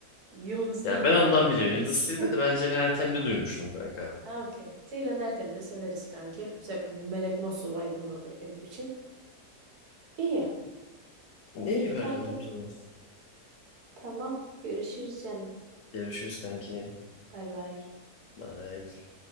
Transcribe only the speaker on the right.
Yıldız
Tilbe
kardeşim.
<laughs>
Ha okey. Ceylan Ertem'i de severiz kanki. Mesela Melek Mosso vibe'ındadır benim için. İyi.
İyi
kankim.
Tamam. Görüşürüz canım.
Bay bay.